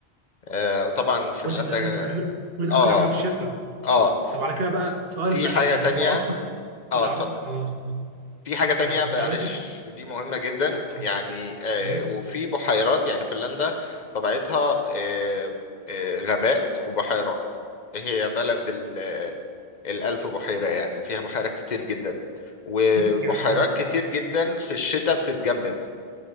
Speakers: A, on the left; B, on the right.
A: آه، وطبعا فنلندا
B: كل ده ممكن اعمله كل ده
A: اه
B: ممكن اعمله في الشتاء
A: اه
B: طب على كده بقى سؤال
A: في
B: بقى
A: حاجة
B: يعني
A: تانية
B: هو اصلا
A: اه
B: اللي
A: اتفضل
B: اعرفه اه اتفضل.
A: في حاجة تانية
B: لا كنت
A: معلش
B: عاوز
A: دي مهمة جدا
B: اتفضل
A: يعني آه
B: ايوه
A: وفي بحيرات يعني فنلندا طبيعتها آه آه غابات وبحيرات هي بلد ال- الألف بحيرة يعني فيها بحيرات كتير جدا وبحيرات
B: <laughs> جميل جدا
A: كتير جدا في الشتاء بتتجمد